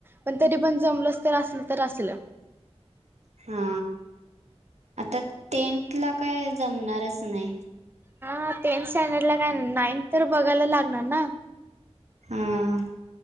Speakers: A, on the right; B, on the right.
A: पण तरी पण जमल तर असल तर असल.
B: हा आता टेंट ला काय जमणारच नाही.
A: हा टेन्थ स्टँडर्ड ला काय ना नाइनथ तर बघायला लागणार ना.
B: हां.